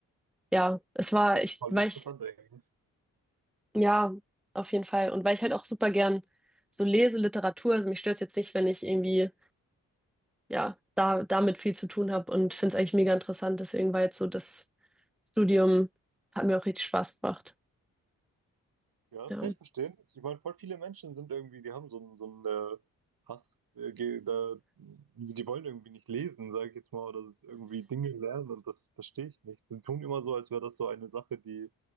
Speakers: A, in the centre; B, on the right (about 65°).
A: ja, es war,
B: Und Das
A: ich,
B: ist voll
A: weil
B: interessant
A: ich,
B: eigentlich.
A: ja, auf jeden Fall. Und weil ich halt auch super gern so lese, Literatur, also mich stört es jetzt nicht, wenn ich irgendwie ja, da, damit viel zu tun habe und finde es eigentlich mega interessant. Deswegen war jetzt so das Studium, hat mir auch richtig Spaß gemacht.
B: Ja, das
A: Ja.
B: kann ich verstehen. Ich meine, voll viele Menschen sind irgendwie, die haben so einen, so einen äh, Hass, äh, ge- da, die wollen irgendwie nicht lesen, sage ich jetzt mal, oder irgendwie Dinge lernen und das verstehe ich nicht. Die tun immer so, als wäre das so eine Sache, die